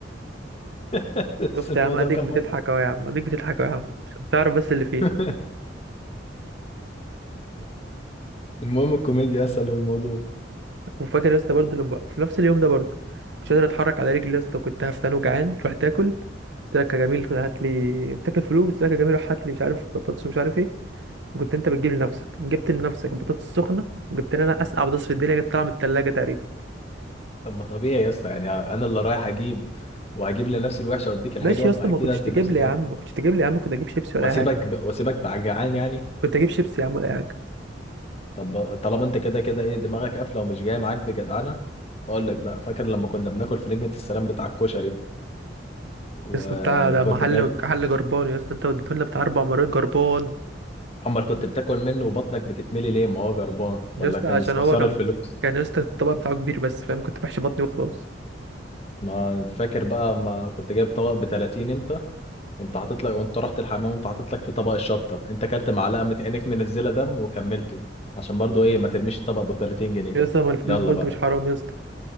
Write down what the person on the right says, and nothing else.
شفت
يا عم اديك
بتضحك
اهو يا عم اديك بتضحك اهو يا عم عشان تعرف بس اللي فيها
وفاكر يا اسطى برضه لما في نفس اليوم ده برضه مش قادر اتحرك على رجلي يا اسطى كنت هفتان وجعان رحت اكل قلت لك يا جميل هات لي انت تاكل فلوس قلت لك يا جميل روح هات لي مش عارف بطاطس ومش عارف ايه وكنت انت بتجيب لنفسك جبت لنفسك بطاطس سخنه جبت لي انا اسقع بطاطس في الدنيا كانت طالعه من الثلاجه تقريبا
ماشي يا اسطى
ما
كنتش
تجيب
لي
يا عم ما كنتش تجيب لي يا عم كنت اجيب شيبسي ولا
اي حاجه
كنت اجيب شيبسي يا عم ولا اي حاجه
يسطا بتاع ده محل
محل جربان يا اسطى انت وديته لنا بتاع اربع مرات جربان
يا
اسطى
عشان
هو كان
كان يا اسطى الطبق بتاعه كبير بس فاهم كنت بحشي بطني وخلاص
يا اسطى ما الفلوس
برضه
مش حرام يا اسطى